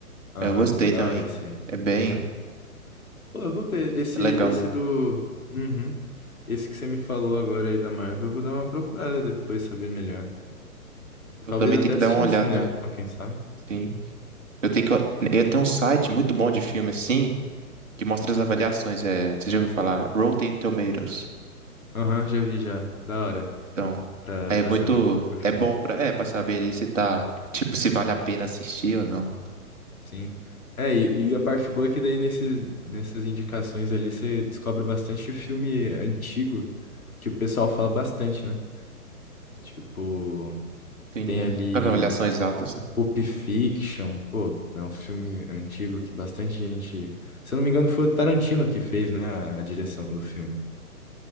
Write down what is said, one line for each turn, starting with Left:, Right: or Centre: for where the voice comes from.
Left: Aham,
Right: É, Eu gostei
Left: é da
Right: também.
Left: hora esse aí.
Right: É bem
Left: É. Pô, eu vou ver. Esse,
Right: é legal.
Left: esse do. Uhum. Esse que você me falou agora aí da Marvel, eu vou dar uma procurada depois, saber melhor.
Right: Eu
Left: Talvez
Right: também
Left: até
Right: tenho que
Left: assistir
Right: dar uma olhada.
Left: no cinema, quem sabe?
Right: Sim. Eu tenho que, eu tenho um site muito bom de filme, assim, que mostra
Left: Hum.
Right: as avaliações. É, você já ouviu falar? Rotten Tomatoes.
Left: Aham, já vi já. Da hora.
Right: Então,
Left: Pra,
Right: é
Left: pra
Right: muito.
Left: saber como que o filme
Right: É bom pra, é, pra saber ali se tá. Tipo, se vale a
Left: é.
Right: pena
Left: Hum,
Right: assistir ou não.
Left: Sim. É, e, e a parte boa é que daí nesses, nessas indicações ali você descobre bastante filme antigo que o pessoal fala bastante, né? Tipo,
Right: Sim,
Left: tem
Right: né?
Left: ali
Right: Com as avaliações altas. assim.
Left: Pulp Fiction, pô, é um filme antigo que bastante gente. Se eu não me engano, foi o Tarantino que fez, né, a, a direção do filme.